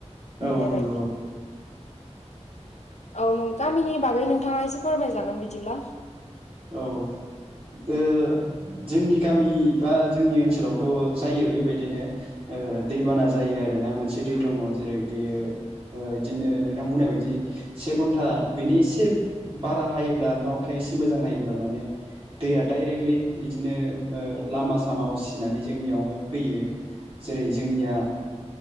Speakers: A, on the right (about 50°); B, on the left (about 70°).
A: औ
B: बेबायदि
A: नंगौ
B: औ नों गामिनि बागै नोंथाङा एसे फोरमायजागोन बिदिब्ला
A: औ। ओ जोंनि गामि बा जोंनि ओनसोलावथ' जायो बेबायदिनो। ओ दैबाना जायो आरो ना मोनसे दै दङ जेरै बेयो बिदिनो नोंथां बुंनाय बायदि से घन्टा बिनि एसे बारा हायोब्ला आरो ना अखाया एसे मोजां हायो ब्ला माने दैया डाइरेक्टलि इदिनो लामा सामा उसिनानै जोंनियावहाय फैयो जेरै जोंनिया